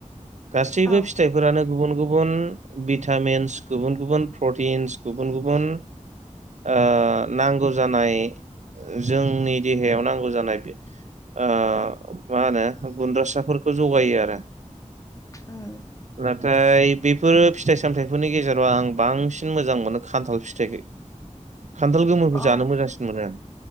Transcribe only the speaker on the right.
गासैबो
फिथाइफोरानो गुबुन गुबुन भिटामिन्स गुबुन गुबुन प्रटिन्स गुबुन गुबुन ओ नांगौ जानाय जोंनि देहायाव नांगौ जानाय बे ओ मा होनो गुन्द्रासाफोरखौ जगायो आरो।
नाथाय बेफोर फिथाइ सामथायाइफोरनि गेजेराव आं बांसिन मोजां मोनो खान्थाल फिथाइखो। खान्थाल गोमोरखौ
जानो मोजांसिन मोनो आं।